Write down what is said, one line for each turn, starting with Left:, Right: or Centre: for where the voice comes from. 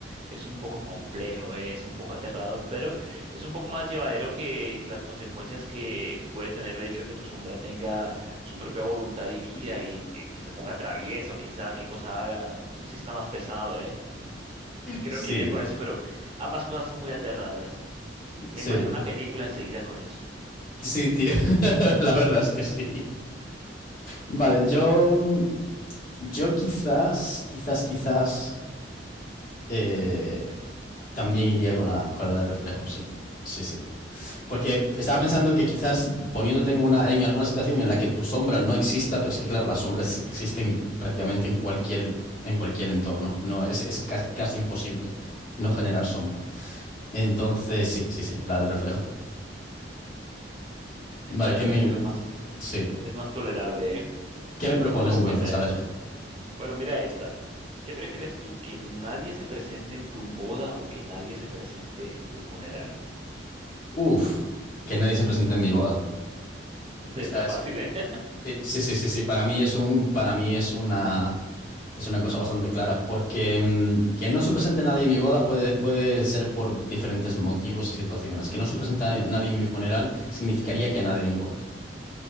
Right: Es un poco complejo, eh, es un poco aterrador, pero es un poco más llevadero que, que las consecuencias que puede tener el hecho de que tu sombra tenga su propia voluntad y vida y que, que se ponga travieso, que sabe qué cosa haga. Eso sí está más pesado, ¿eh? Creo
Left: <laughs> Sí,
Right: que iría con eso, pero ambas cosas son muy aterradoras. S- Me me
Left: sí,
Right: imagino una película enseguida con eso.
Left: sí, tío. <laughs> La verdad es que sí. Vale, yo, mm, yo quizás, quizás, quizás eh, también iría con la, con la de reflejo, sí. Sí, sí. Porque estaba pensando que quizás poniéndote en una, en alguna situación en la que tu sombra no exista, pero es que claro, las sombras sí existen prácticamente en cualquier, en cualquier entorno. No, es, es ca- casi imposible no generar sombra. Entonces, sí, sí, sí, la del reflejo.
Right: <laughs>
Left: Vale,
Right: La de
Left: ¿qué
Right: reflejo
Left: me,
Right: es más,
Left: sí.
Right: es más tolerable, ¿eh?
Left: ¿Qué me propones
Right: Estuvo
Left: entonces?
Right: buena, Ed,
Left: A ver.
Right: ¿eh? Bueno, mira esta. ¿Qué prefieres tú? ¿Que nadie se presente en tu boda o que nadie se presente en tu funeral?
Left: Uf, que nadie se presente en mi boda.
Right: <laughs>
Left: Esta
Right: Está
Left: es.
Right: fácil, ¿eh? <laughs>
Left: Sí, sí, sí, sí, sí. Para mí es un, para mí es una. Es una cosa bastante clara, porque mm, que no se presente nadie en mi boda puede, puede ser por diferentes motivos y situaciones. Que no se presente a nadie en mi funeral significaría que a nadie le importo.